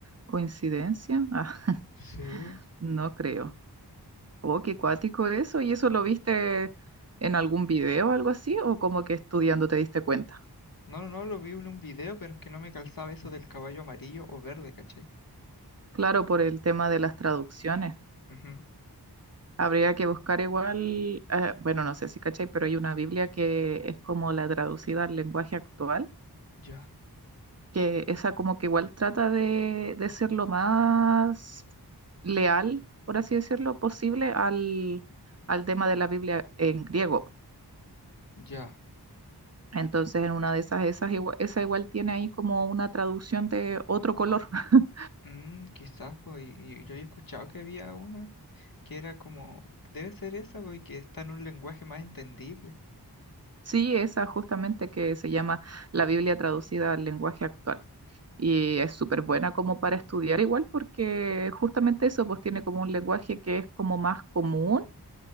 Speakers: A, on the right; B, on the left.
A: coincidencia. Ah, <laughs>
B: Sí.
A: no creo. Oh, qué cuático eso. ¿Y eso lo viste en algún video o algo así? ¿O como que estudiando te diste cuenta?
B: No, no, no, lo vi en un video, pero es que no me calzaba eso del caballo amarillo o verde, ¿cachai?
A: Claro, por el tema de las traducciones.
B: Ujú,
A: Habría que buscar igual, eh, bueno, no sé si cachai, pero hay una Biblia que es como la traducida al lenguaje actual
B: Ya,
A: que esa como que igual trata de, de ser lo más leal, por así decirlo, posible al, al tema de la Biblia en griego. po.
B: ya.
A: Entonces, en una de esas, esas igua- esa igual tiene ahí como una traducción de otro color. <laughs>
B: Mm, quizás, pues, y, y yo había escuchado que había una que era como, debe ser esa, pues, y que está en un lenguaje más entendible,
A: Sí, esa justamente que se llama la Biblia traducida al lenguaje actual. Y es súper buena como para estudiar igual porque justamente eso pues tiene como un lenguaje que es como más común